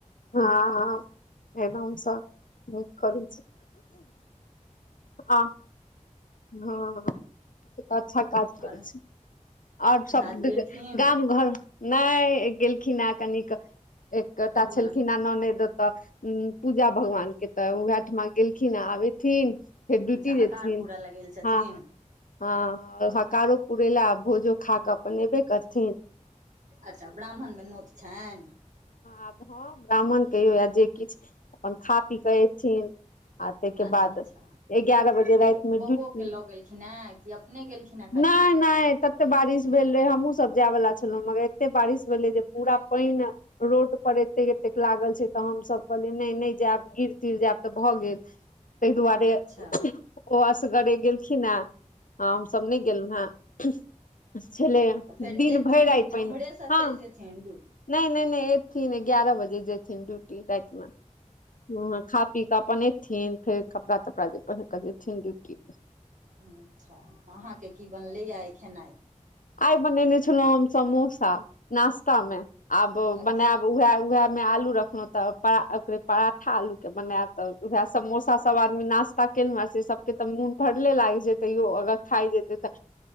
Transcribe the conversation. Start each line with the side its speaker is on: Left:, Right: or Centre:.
Left: हँ हँ एना कर आ हँ अच्छा काज
Right: आओर
Left: करै छै आओर देखियो
Right: झा जी एलखिन
Left: सब गाम घर नहि गेलखिन हँ कनिक एकटा
Right: बुल
Left: छलखिन हअ ननेद तऽ पूजा भगवान के तऽ उएह ठिमा गेलखिन आ आबेथिन फेर
Right: अच्छा
Left: ड्यूटी जेथिन
Right: हकार पूरा लगेल छथिन
Left: ह ह हकारो पुरेल भोजो खा कऽ अपन एबे करथिन
Right: अच्छा ब्राह्मण मे नोत छइन
Left: आब हँ ब्राह्मण कहियौ य जे किछु अपन खा पी कऽ एथिन आ ताहिके
Right: अच्छा
Left: बाद
Right: अच्छा
Left: एगारह बजे
Right: बौ
Left: राति मे
Right: बौओके
Left: ड्यूटी
Right: लऽ गेलखिन हेँ कि अपने गेलखिन हेँ खाली
Left: नय नय तत बारिश भेल रहे हमूँ सब जाय बाला छलँ मगर एते बारिश भेलै जे पूरा पाइन रोड पर एतेक एतेक लागल छै तऽ हमसभ कहलियै नइ नइ जायब गिर तिर जैब तऽ भऽ गेल ताहि दुआरे
Right: अच्छा
Left: ओ असगरे गेलखिन हे हँ हमसभ नहि गेलहुँ हे छल
Right: अच्छा तऽ फेर
Left: दिन
Right: एथिन
Left: भरि आय
Right: कि
Left: प
Right: उम्हरेसँ
Left: हँ
Right: चलि जेथिन डूर
Left: नहि नहि थिन एगारह बजे जेथिन ड्यूटी राति मे व खा पी कऽ अपन एथि थिन फेर कपड़ा तपड़ा जे पहिर कऽ देथिन रुटटी
Right: अच्छाऽ अहाँके की बनलैए ई खेनाइ
Left: आइ बने छल समोसा नास्तामे आब
Right: अच्छा
Left: बनायब उएह उएहे मे आलू रखलहु तऽ ओकरे पराठा आलू के बनायब तऽ उएह समोसा सब आदमी नास्ता से सबके तऽ मोन भरले लागे छै तैयो अगर खाय जेते तऽ